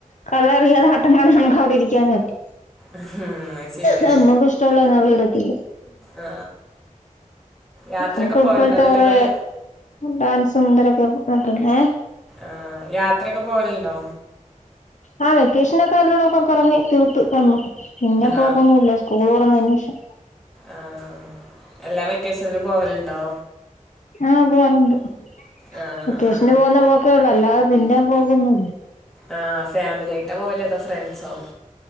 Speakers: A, on the left; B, in the centre.
A: ക ചെറിയ ഒരാട്ടങ്ങളാണ് നമുക്കവിടെ ഇരിക്കാനായിട്ട്.
B: ഉം, അത് ശരിയാ
A: നമ്മക്ക് ഇഷ്ടമുള്ളതൊന്നും അവള് എടത്തില്ല.
B: ആ യാത്രയൊക്കെ
A: നമുക്ക്
B: പോകലുണ്ടോ
A: ഇപ്പഴത്തെ
B: എന്നിട്ട്
A: കൊറേ
B: നിങ്ങള്
A: ഡാൻസും <unintelligible> ഏ
B: ആ യാത്രയൊക്കെ പോവലുണ്ടോ.
A: ആ വെക്കേഷനൊക്കെ എല്ലോടൊക്കെ കറങ്ങി തീർത്ത് വന്നു. പിന്നെ
B: ആ
A: പോക്കൊന്നൂല്ല സ്കൂള് തൊറന്നതിന് ശേഷം.
B: ആ എല്ലാ വെക്കേഷനിലും പോവലുണ്ടോ?
A: ആ പോവാറുണ്ട്.
B: ആ
A: വെക്കേഷന്
B: ആ
A: പോകുന്ന പോക്കേ ഉള്ളു അല്ലാതെ പിന്നേ പോക്കൊന്നൂ
B: ആ ഫാമിലിയായിട്ടാ പോവല് അതോ ഫ്രണ്ട്സോ?